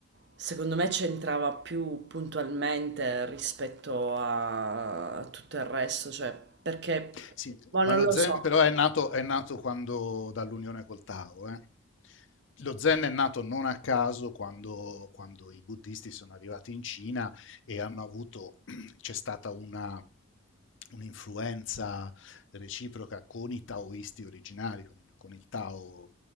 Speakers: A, on the right; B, on the left.
A: secondo me c'entrava più puntualmente rispetto a tutto il resto, cioè perché,
B: Sì,
A: ma
B: ma
A: non
B: lo
A: lo
B: Zen
A: so.
B: però è nato, è nato quando, dall'unione col Tao. eh. Lo Zen è nato non a caso quando, quando i buddisti sono arrivati in Cina e hanno avuto, <clears throat> c'è stata una, un'influenza reciproca con i taoisti originari, con il, con il Tao